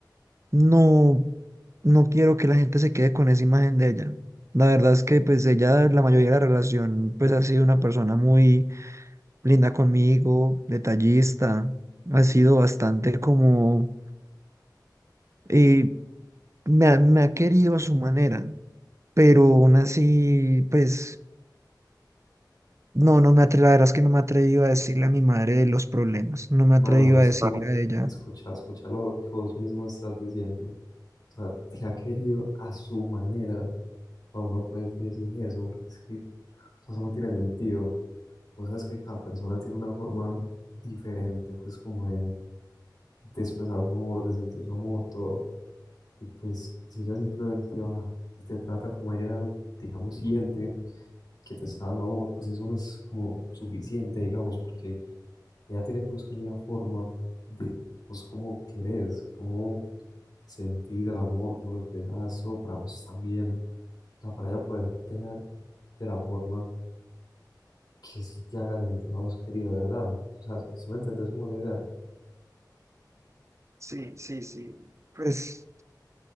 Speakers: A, on the right; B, on the left.
A: no, no quiero que la gente se quede con esa imagen de ella. La verdad es que pues ella, la mayoría de la relación pues ha sido una persona muy linda conmigo, detallista, ha sido bastante como... eh, me ha, me ha querido a su manera, pero aún así, pues, no, no me atre, la verdad es que no me he atrevido a decirle a mi madre de los problemas, no me
B: Mano,
A: he atrevido
B: pero es
A: a Ah, decirle
B: que
A: a ella,
B: escucha, escucha lo que vos mismo estás diciendo. O sea, te ha querido a su manera. O no puedes decir eso, porque es que, o sea, eso no tiene sentido. Vos sabes que cada persona tiene una forma diferente, pues como de de expresar su amor, de sentir su amor, todo. Y pues si ella simplemente va y te trata como ella, digamos, siente que te está dando amor, pues eso no es como suficiente, digamos, porque ella tiene que buscar la forma de vos cómo querés, cómo sentís el amor, cómo lo expresás, todo para vos también. O sea, para ella poderte dar de la forma que sí te haga sentir a vos querido de verdad. O sea, si, si me entendés como la idea.
A: Sí, sí, sí. pues,